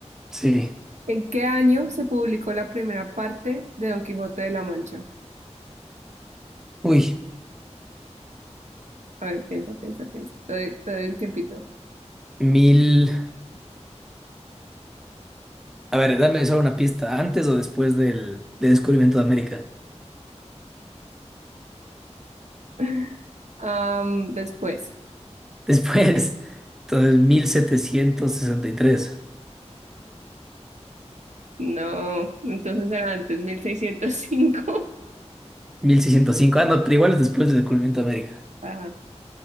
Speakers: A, in the centre; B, on the right.
A: Sí.
B: ¿En qué año se publicó la primera parte de Don Quijote de la Mancha?
A: Uy.
B: A ver, piensa, piensa, piensa. Te doy, te doy un tiempito.
A: Mil. A ver, dame solo una pista. ¿Antes o después del, del descubrimiento de América? <laughs>
B: <laughs> Am, después.
A: Después. Entonces, mil mil setecientos sesenta y tres,
B: No, entonces era antes, 1605. <laughs>
A: mil seiscientos cinco. Ah, no, pero igual es después del descubrimiento de América.
B: Ah,